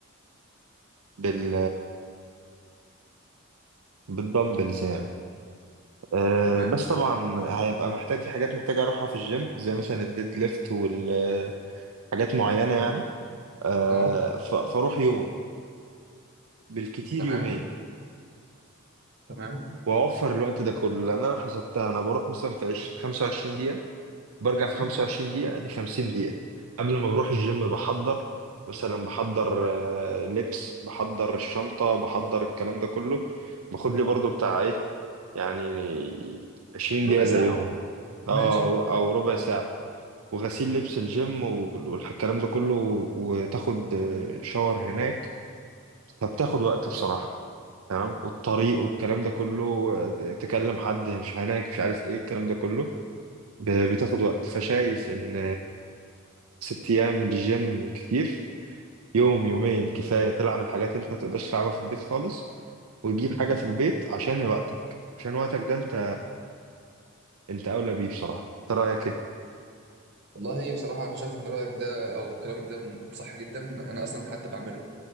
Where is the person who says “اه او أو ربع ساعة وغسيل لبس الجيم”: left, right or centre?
Right